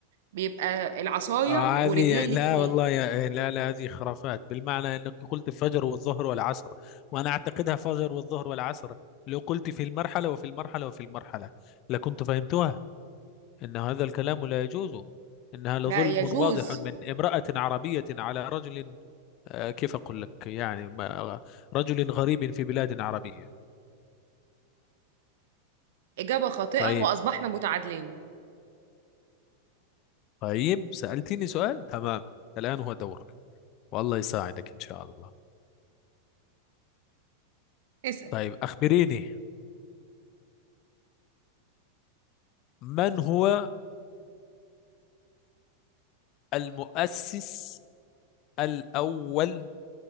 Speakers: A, on the right; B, on the left.
A: بيبقى العصاية
B: آه
A: ورجلين
B: هذه
A: الاتنين
B: لا والله يا إيه، لا لا هذه خرافات بالمعنى انك قلت الفجر والظهر والعصر وانا اعتقدها فجر والظهر والعصر لو قلت في المرحلة وفي المرحلة وفي المرحلة لكنت فهمتها ان هذا الكلام لا يجوز انها لظلم
A: لا يجوز
B: واضح من امرأة عربية على رجل آه كيف اقول لك يعني ما- رجل غريب في بلاد عربية
A: إجابة خاطئة
B: طيب
A: وأصبحنا متعادلين
B: طيب سألتني سؤال تمام الآن هو دورك والله يساعدك ان شاء الله
A: اسأل
B: طيب اخبريني من هو المؤسس الأول